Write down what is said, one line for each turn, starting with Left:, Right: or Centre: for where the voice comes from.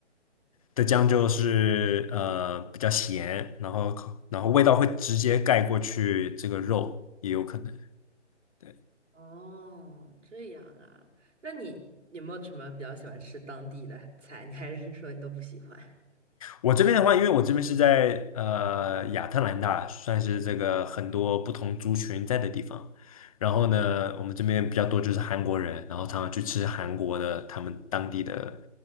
Left: 的酱就是呃比较咸，然后然后味道会直接盖过去这个肉，也有可能。对。
Right: 哦，这样啊，那你有没有什么比较喜欢吃当地的菜？你还是说你都不喜欢？
Left: 我这边的话，因为我这边是在呃亚特兰大，算是这个很多不同族群在的地方。然后呢，我们这边比较多就是韩国人，然后常常去吃韩国的他们当地的